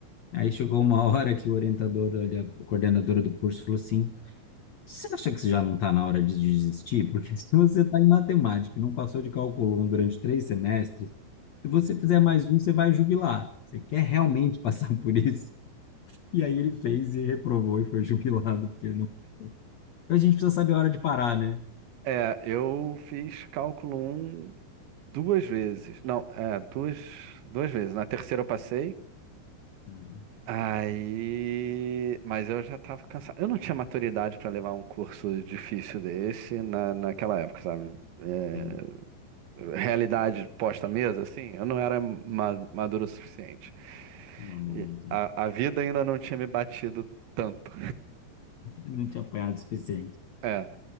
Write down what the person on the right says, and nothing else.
é, eu fiz cálculo um duas vezes. Não, é, duas, duas vezes. Na terceira eu passei.
Aí, mas eu já tava cansado. Eu não tinha maturidade para levar um curso difícil desse na, naquela época, sabe? É,
realidade posta à mesa, assim, eu não era ma- maduro o suficiente.
E
a, a vida ainda não tinha me batido tanto.
É.